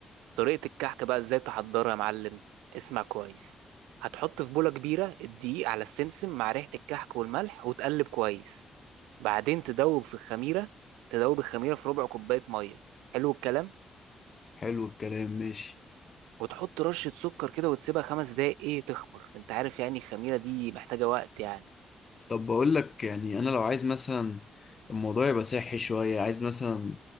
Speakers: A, on the right (about 90°); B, on the left (about 45°).
A: طريقة الكحكة بقى ازاي تحضرها يا معلم اسمع كويس هتحط في بولة كبيرة الدقيق على السمسم مع ريحة الكحك والملح وتقلب كويس بعدين تدوب في الخميرة تدوب الخميرة في ربع كوباية مية حلو الكلام
B: حلو الكلام ماشي
A: وتحط رشة سكر كده وتسيبها خمس دقايق ايه تخمر انت عارف يعني الخميرة دي محتاجة وقت يعني
B: طب بقول لك يعني انا لو عايز مثلا الموضوع يبقى صحي شويه عايز مثلا